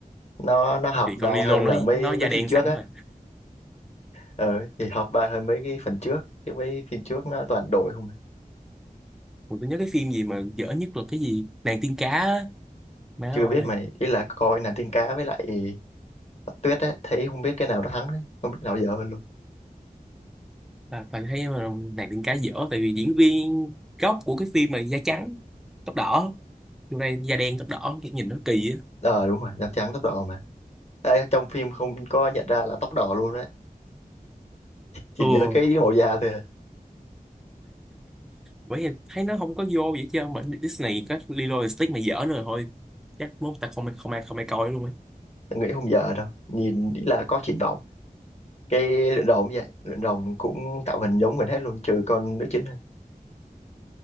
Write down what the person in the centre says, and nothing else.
Thì
con Lilo
nó
nó da
đen
sẵn
rồi.
Còn tôi nhớ cái phim gì mà dở nhất là cái gì? Nàng tiên cá á. Má
ơi,
là toàn thấy mà nàng tiên cá dở tại vì diễn viên gốc của cái phim mà da trắng, tóc đỏ. Vô đây da đen tóc đỏ, cái nhìn nó kỳ á.
Ừ.
bởi vì thấy nó không có vô vậy chứ mà Disney có Lilo and Stitch mà dở nữa rồi thôi chắc muốn ta không không ai không ai coi luôn á